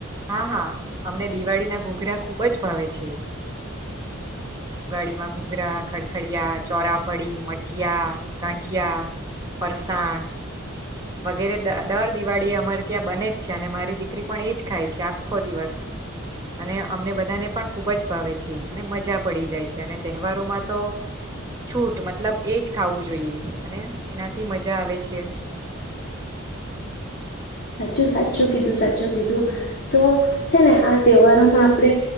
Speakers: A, on the right; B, on the left.
A: હા હા અમને દિવાળીના ઘૂઘરા ખૂબ જ ભાવે છે દિવાળીમાં ઘૂઘરા ખડખડિયા ચોરાફળી મઠિયા ગાંઠિયા ફરસાણ વગેરે દ દર દિવાળી અમારે ત્યાં બને જ છે અને મારી દીકરી પણ એજ ખાય છે આખો દિવસ અને અમને બધાને પણ ખૂબ જ ભાવે છે અને મજા પડી જાય છે અને તહેવારોમાં તો છૂટ મતલબ એજ ખાવું જોઈએ અને એનાથી મજા આવે છે.
B: સાચું સાચું કીધું સાચું કીધું તો છે ને આ તહેવારોમાં આપણે